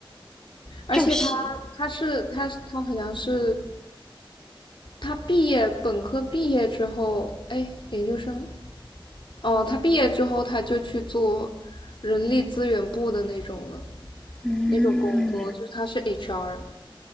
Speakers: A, on the left; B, in the centre.
A: 而且他，
B: 就行。
A: 他是，他他好像是，他毕业，本科毕业之后，哎，研究生哦，他毕业之后他就去做人力资源部的那种了，
B: 嗯，
A: 那种工作，就是他是 HR。